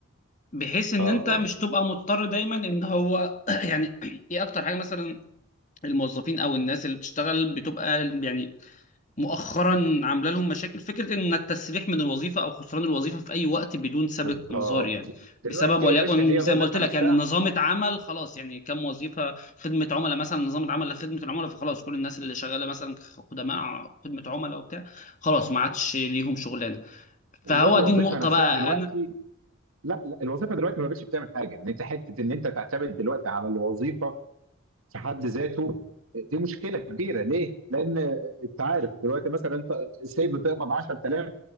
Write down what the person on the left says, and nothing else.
بحيث ان
انت
مش تبقى مضطر دايما ان هو <clears throat> يعني ايه اكتر حاجة مثلا الموظفين او الناس اللي بتشتغل بتبقى يعني مؤخرا عامله لهم مشاكل فكره ان التسريح من الوظيفه او خسران الوظيفه في اي وقت بدون سابق
انذار يعني
بسبب وليكن
زي
ما قلت لك
يعني نظامه عمل خلاص يعني كم وظيفه خدمه عملاء مثلا نظامه عمل لخدمه العملاء فخلاص كل الناس اللي شغاله مثلا خدماء خدمه عملاء وبتاع خلاص ما عادش ليهم شغلانه فهو
دي النقطه
بقى
انا